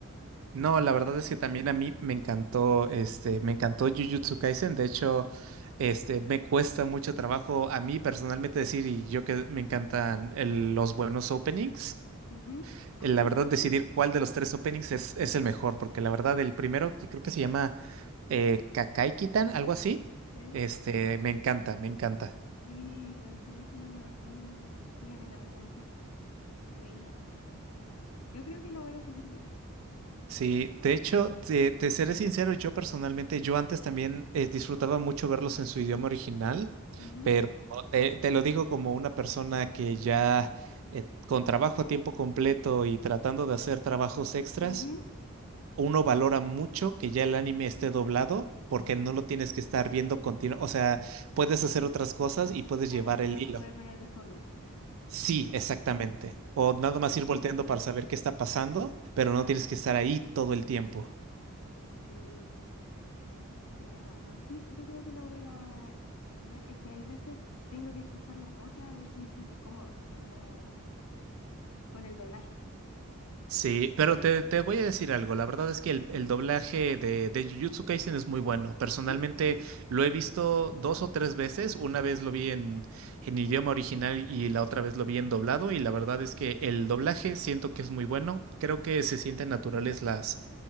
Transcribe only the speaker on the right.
No, la verdad es que también a mí me encantó, este, me encantó Jujutsu Kaisen. De hecho, este, me cuesta mucho trabajo a mí personalmente decir, y yo que me encantan el- los buenos openings,
eh, la verdad
decidir cuál de los tres openings es, es el mejor, porque la verdad el primero, que creo que se llama eh, Kakai Kitan, algo así,
este, me encanta, me encanta.
Sí,
de hecho, te, te seré sincero, yo personalmente, yo antes también eh, disfrutaba mucho verlos en su idioma original,
pero oh, te, te lo digo como una persona que ya eh, con trabajo a tiempo completo y tratando de hacer trabajos extras,
uno valora mucho que ya el anime esté doblado porque
no lo tienes que estar viendo continuo, o sea, puedes hacer otras cosas y puedes
llevar
el hilo.
Sí, exactamente. O
nada más ir volteando para saber qué está pasando, pero no tienes que estar ahí todo el tiempo.
Sí, pero te, te voy a decir algo. La verdad es que el, el doblaje de, de Jujutsu Kaisen es muy bueno. Personalmente
lo he visto dos o tres veces. Una vez lo vi en, en idioma original y la otra vez lo vi en doblado. Y la verdad es que el doblaje siento que es muy bueno. Creo que se sienten naturales las,